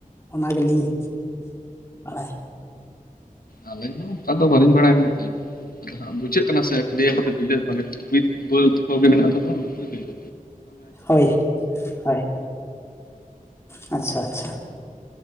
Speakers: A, on the left; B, on the left.
A: ᱚᱱᱟ ᱜᱮᱞᱤᱧ ᱵᱟᱲᱟᱭᱟ
B: ᱟᱞᱤᱧ ᱦᱚᱸ ᱚᱱᱠᱟ ᱫᱚ ᱵᱟᱹᱞᱤᱧ ᱵᱟᱲᱟᱭ ᱢᱮᱱᱛᱮ ᱟᱫᱚ ᱦᱟᱸᱜ ᱵᱩᱡᱷᱟᱹᱜ ᱠᱟᱱᱟ ᱥᱮ ᱞᱤᱭᱟᱹ ᱠᱚᱫᱚ ᱵᱤᱞᱟᱹᱛ ᱢᱟᱱᱮ ᱵᱟᱹᱫᱽ ᱠᱚᱜᱮ ᱢᱮᱱᱟᱜ ᱛᱚ ᱚᱱᱟ ᱵᱤᱞᱟᱹ
A: ᱦᱳᱭ ᱦᱳᱭ ᱟᱪᱪᱷᱟ ᱟᱪᱪᱷᱟ